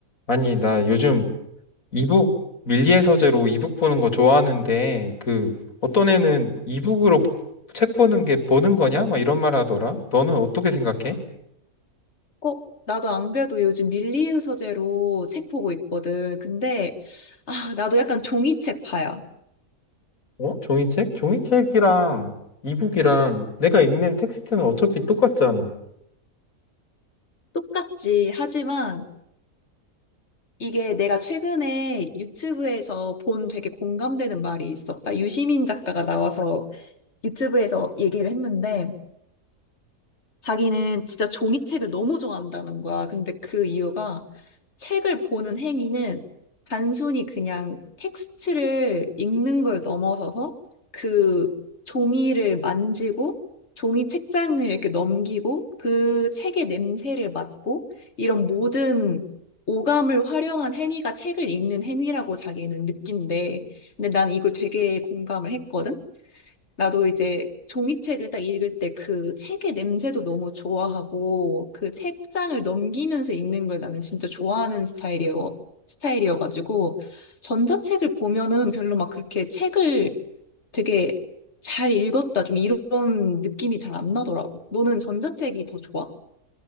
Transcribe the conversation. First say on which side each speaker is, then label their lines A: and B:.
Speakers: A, on the left; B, on the left.
A: 아니, 나 요즘 이북 밀리의 서재로 이북 보는 거 좋아하는데 그 어떤 애는 이북으로 책 보는 게 보는 거냐? 막 이런 말 하더라. 너는 어떻게 생각해?
B: 어, 나도 안 그래도 요즘 밀리의 서재로 책 보고 있거든. 근데, 아, 나도 약간 종이책 파야.
A: 어? 종이책? 종이책이랑 이북이랑 내가 읽는 텍스트는 어차피 똑같잖아.
B: 똑같지. 하지만 이게 내가 최근에 유튜브에서 본 되게 공감되는 말이 있었다. 유시민 작가가 나와서 유튜브에서 얘기를 했는데, 자기는 진짜 종이책을 너무 좋아한다는 거야. 근데 그 이유가 책을 보는 행위는 단순히 그냥 텍스트를 읽는 걸 넘어서서 그 종이를 만지고 종이 책장을 이렇게 넘기고 그 책의 냄새를 맡고 이런 모든 오감을 활용한 행위가 책을 읽는 행위라고 자기는 느낀대. 근데 난 이걸 되게 공감을 했거든. 나도 이제 종이책을 딱 읽을 때 그 책의 냄새도 너무 좋아하고 그 책장을 넘기면서 읽는 걸 나는 진짜 좋아하는 스타일이어, 스타일이어가지고 전자책을 보면은 별로 막 그렇게 책을 되게 잘 읽었다 좀 이런 느낌이 잘 안 나더라고. 너는 전자책이 더 좋아?